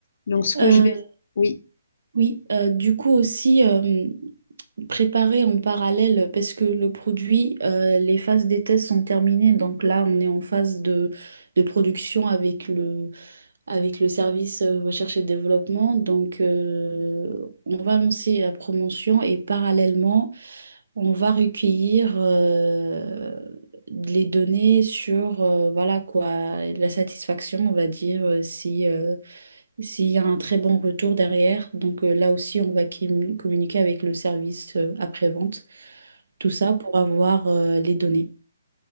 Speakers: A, on the left; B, on the right.
A: Donc ce
B: Euh,
A: que je vais, oui.
B: oui, euh, du coup aussi. euh, préparer en parallèle parce que le produit, euh, les phases des tests sont terminées. Donc là, on est en phase de, de production avec le, avec le service euh, recherche et développement. Donc euh, on va lancer la promotion et parallèlement, on va recueillir euh, les données sur euh, voilà quoi, la satisfaction, on va dire, euh, si, euh, s'il y a un très bon retour derrière. Donc euh, là aussi, on va com- communiquer avec le service euh, après-vente. Tout ça pour avoir euh, les données.